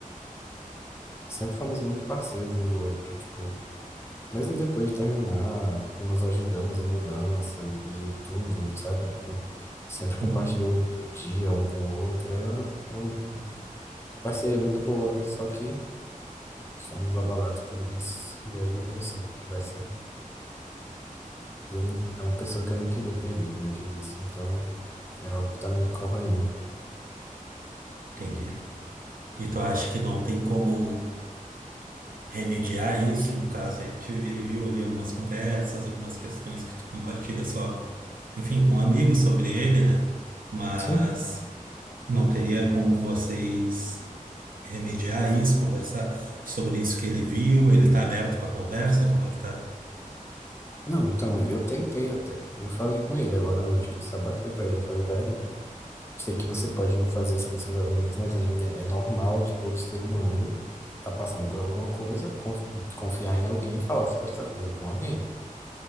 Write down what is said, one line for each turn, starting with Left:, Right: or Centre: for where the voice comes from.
Left: Sempre fomos muito parceiros um do outro, tipo, mesmo depois de terminar, nos ajudamos em mudanças e tudo, sabe? Tipo, sempre compartilhou
Right: Uhum.
Left: o dia um com o outro. Era uma parceria muito boa, só que somos abalados por isso. E aí eu não sei o que que vai ser. E eu não, é uma pessoa que eu não queria perder, como eu te disse. Então, É algo que tá me corroendo.
Right: Entendi. E tu acha que não tem como remediar isso? No caso, ele, te- ele viu ali algumas conversas, algumas questões que tu compartilha só, enfim, com amigos sobre ele, né? Mas
Left: Sim?
Right: não teria como vocês remediar isso, conversar sobre isso que ele viu? Ele tá aberto para conversa? Como é que tá?
Left: Não, então, eu tentei até. Eu falei com ele agora à noite, eu desabafei pra ele. Eu falei, velho, sei que você pode não fazer isso com seus amigos, mas é, ine- é normal de todo ser humano tá passando por alguma coisa, conf- confiar em alguém e falar sobre essa coisa com alguém.